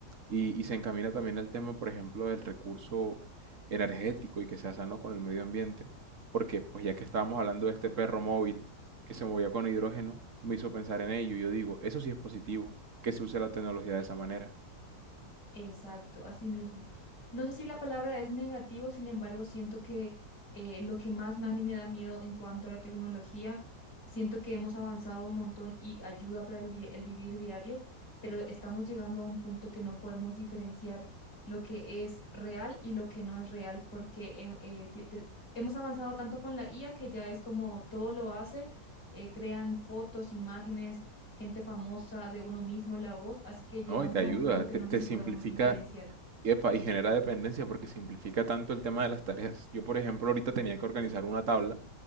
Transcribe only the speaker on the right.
y, y se encamina también al tema, por ejemplo, del recurso energético y que sea sano con el medio ambiente. Porque, pues, ya que estábamos hablando de este perro móvil que se movía con hidrógeno me hizo pensar en ello. y Yo digo, eso sí es positivo, que se use la tecnología de esa manera.
No, y te ayuda,
te,
te
simplifica
epa, y genera dependencia porque simplifica tanto el tema de las tareas. Yo, por ejemplo, ahorita tenía que organizar una tabla,